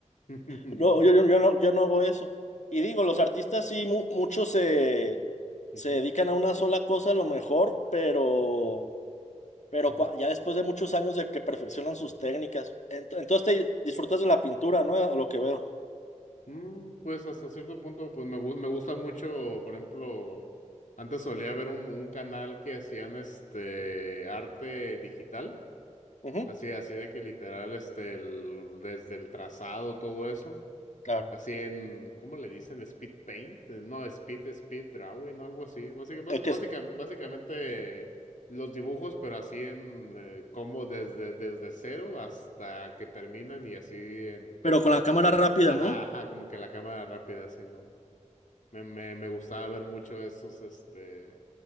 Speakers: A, on the left (about 80°); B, on the left (about 65°).
A: <laughs>
B: No, yo, yo, yo no, yo no hago eso. Y digo, los artistas sí, mu- muchos se,
A: Ujú,
B: se dedican a una sola cosa a lo mejor, pero, pero
A: ujú.
B: cua- ya después de muchos años de que perfeccionan sus técnicas, Ent- entonces te disfrutas de la pintura, ¿no? A lo que veo.
A: Mm, pues hasta cierto punto, pues me, gu- me gusta mucho, por ejemplo, antes solía ver un, un canal que hacían este arte digital,
B: Ujú,
A: así, así de que literal, este, el- desde el trazado, todo eso,
B: claro.
A: así en, ¿cómo le dicen? Speed paint, eh, no, speed, speed drawing o algo así, básicamente,
B: Es que es-
A: básicamente los dibujos, pero así en, eh, como desde, desde cero hasta que terminan y así en, como
B: pero con
A: que
B: la cámara rápida,
A: Ajá,
B: ¿no?
A: ajá, como que la cámara rápida, Simón. Me, me, me gustaba ver mucho esos, este,